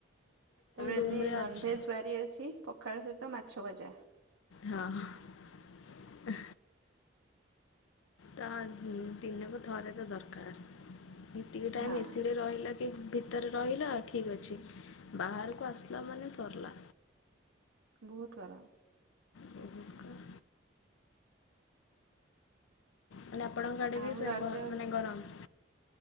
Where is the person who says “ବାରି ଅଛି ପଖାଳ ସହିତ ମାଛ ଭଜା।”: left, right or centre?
Right